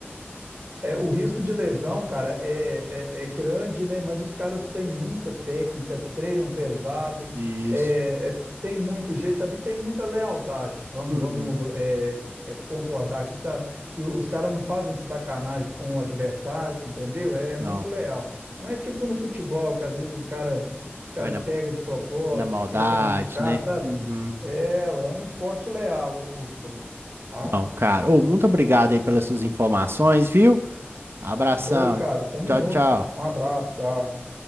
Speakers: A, on the right; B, on the right.
A: É, o risco de lesão, cara, é, é, é grande, né? Mas os caras têm muita técnica, treinam pesado,
B: Isso.
A: é, é, tem muito jeito, sabe? E Tem muita lealdade. Vamos,
B: Uhum.
A: vamos é, é, concordar aqui, sabe? Que os caras não fazem sacanagem com o adversário, entendeu? É, é muito
B: Não,
A: leal. Não é tipo no futebol, que às vezes os caras os cara
B: vai na,
A: pega de propósito,
B: na maldade,
A: tenta machucar,
B: né?
A: sabe?
B: Uhum.
A: É, é um esporte leal o, o rugby, tá?
B: Não, cara. Ô, muito obrigado aí pelas suas informações, viu? Abração.
A: Ô, cara, tamo
B: Tchau,
A: junto.
B: tchau.
A: Um abraço, tchau.